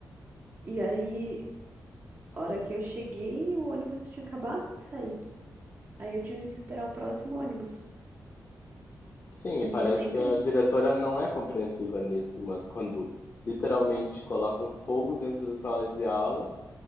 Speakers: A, on the right (about 35°); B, on the left (about 35°).
A: E aí, a hora que eu cheguei, o ônibus tinha acabado de sair. Aí eu tive que esperar o próximo ônibus.
B: Sim,
A: E
B: e parece
A: sempre,
B: que a diretora não é compreensiva nisso, mas quando literalmente colocam fogo dentro da sala de aula,